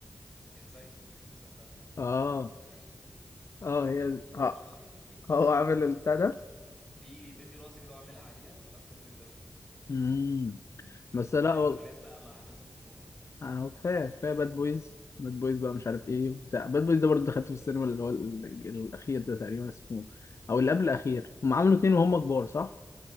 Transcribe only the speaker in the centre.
انزايتي اكيد سمعتها
انزايتي
كيب
اون شاين مي
<laughs> في فيديو راسي كده وعاملها عليها ماسكه ترند قوي دلوقتي
عمال
يعمل
كولاب بقى مع الناس المشهوره وبتاع